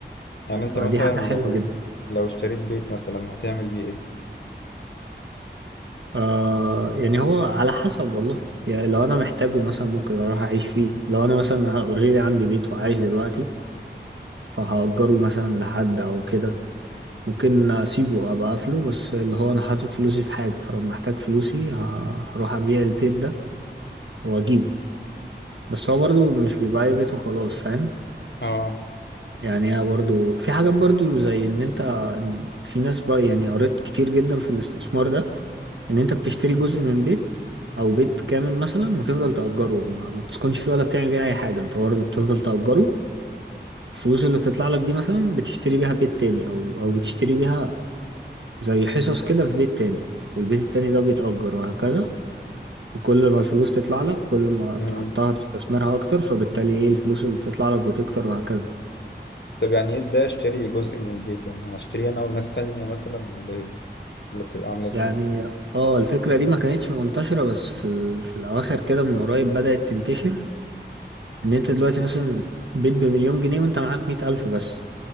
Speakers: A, on the left (about 75°); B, on the right (about 90°).
A: يعني أنت
B: فدي
A: مثلا
B: حاجة حلوة
A: لو
B: جدا
A: لو اشتريت بيت مثلا هتعمل بيه إيه؟
B: آه يعني هو على حسب والله يعني لو انا محتاجه مثلا ممكن اروح اعيش فيه لو انا مثلا اوريدي عندي بيت وعايش دلوقتي فهأجره مثلا لحد او كده ممكن اسيبه ابقى اقفله بس اللي هو انا حاطط فلوسي في حاجة فلما احتاج فلوسي ه- هروح ابيع البيت ده واجيبه بس هو برضو مش بيبقى أي بيت وخلاص فاهم
A: اه
B: يعني هي برضو في حاجات برضو زي ان انت في ناس بقى يعني قريت كتير جدا في الاستثمار ده ان انت بتشتري جزء من بيت او بيت كامل مثلا وتفضل تأجره ما, ما تسكنش فيه ولا بتعمل بيه اي حاجة انت برضو بتفضل تأجره الفلوس اللي بتطلع لك دي مثلا بتشتري بيها بيت تاني او او بتشتري بيها زي حصص كده في بيت تاني والبيت التاني ده بيتأجر وهكذا وكل ما الفلوس تطلع لك كل ما
A: مم.
B: تحطها تستثمرها اكتر فبالتالي ايه الفلوس اللي بتطلع لك بتكتر وهكذا
A: طب يعني ايه ازاي اشتري جزء من البيت يعني انا اشتري انا وناس تانية مثلا ولا ايه اللي بتبقى عاملة ازاي
B: يعني اه الفكرة دي ما كانتش منتشرة بس في ال... في الأواخر كده من قريب بدأت تنتشر إن أنت دلوقتي مثلا بيت بمليون جنيه وأنت معاك مية ألف بس